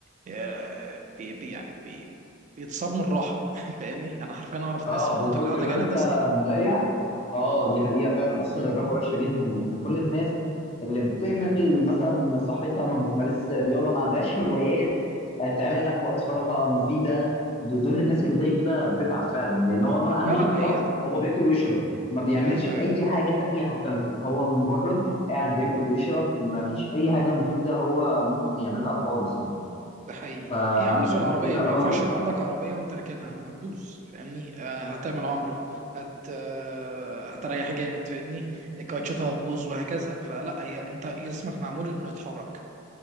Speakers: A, on the right; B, on the left.
A: آه، بي بي- يعني بي بيتصاب من الراحه <laughs> فاهمني انا حرفيا اعرف
B: اه
A: ناس من كتر
B: من كتر
A: القعده
B: ما
A: جالها
B: انت
A: ديسك
B: مريح اه دي حقيقة فعلا اصلا الراحة وحشة جدا لان كل الناس اللي بتهمل مثلا صحتها ما بتمارسش رياضة ما عندهاش هوايات آه، تعملها في وقت فراغها مفيدة دو- دول الناس اللي زي كده بتتعب فعلا لان هو ما عنده
A: فعلا
B: وقت فراغ
A: هي
B: هو بياكل ويشرب ما بيعملش
A: هي
B: اي حاجة تانية او ثالثة هو مجرد قاعد بياكل ويشرب ما فيش اي حاجة مفيدة هو ممكن يعملها خالص يعني
A: ده حقيقي
B: فعلشان
A: هي عامله زي العربيه
B: كده
A: ما
B: اه
A: ينفعش يبقى عندك عربيه وانت راكنها هتبوظ فاهمني آه هتعمل عمره هت آه هتريح جامد فاهمني كاوتشاتها هتبوظ وهكذا فلا هي انت جسمك معمول انه يتحرك